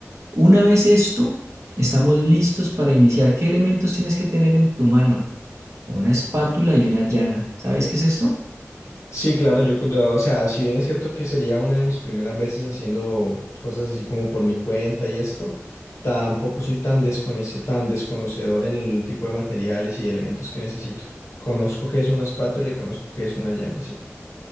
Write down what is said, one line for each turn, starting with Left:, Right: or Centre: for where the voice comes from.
Right: Una vez esto, estamos listos para iniciar. ¿Qué elementos tienes que tener en tu mano? Una espátula y una llana. ¿Sabes qué es esto?
Left: Sí, claro, yo, yo, o sea, si bien es cierto que sería una de mis primeras veces haciendo cosas así como por mi cuenta y esto, tampoco soy tan desconoce- tan desconocedor en el tipo de materiales y de elementos que necesito. Conozco que es una espátula y conozco que es una llana, sí.